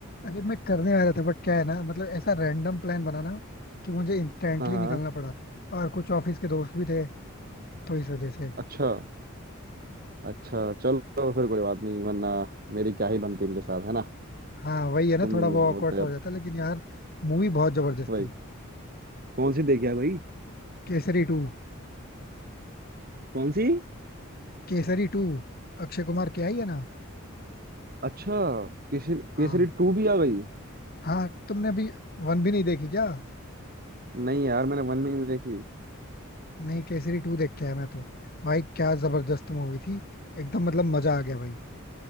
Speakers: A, on the left (about 45°); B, on the right (about 45°).
A: अरे मैं करने वाला था बट क्या है ना मतलब ऐसा रैंडम प्लान बना ना कि मुझे इंस्टेंटली
B: हाँ हाँ
A: निकलना पड़ा और कुछ ऑफिस के दोस्त भी थे तो इस वजह से
B: अच्छा अच्छा चलो फिर कोई बात नहीं वरना मेरी क्या ही बनती उनके साथ है ना
A: हाँ वही है ना
B: तुम
A: थोड़ा वो
B: होते
A: awkward सा
B: अब
A: हो जाता लेकिन यार मूवी बहुत जबरदस्त
B: वही
A: थी
B: कौन सी देखी है भाई
A: केसरी टू
B: कौन सी
A: केसरी टू अक्षय कुमार की आई है ना
B: अच्छा केसरी
A: हाँ
B: केसरी टू भी आ गई
A: हाँ तुमने अभी वन भी नहीं देखी क्या
B: नहीं यार मैंने वन भी नहीं देखी
A: नहीं केसरी टू देख के आया मैं तो भाई क्या जबरदस्त मूवी थी एकदम मतलब मजा आ गया भाई